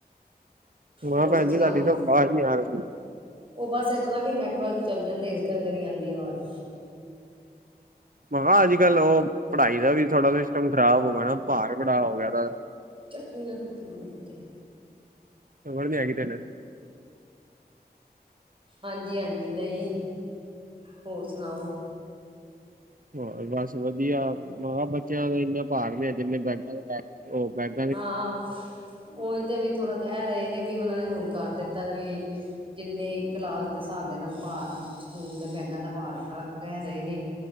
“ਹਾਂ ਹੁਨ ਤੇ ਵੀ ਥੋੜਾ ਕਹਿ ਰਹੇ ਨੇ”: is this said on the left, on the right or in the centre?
Right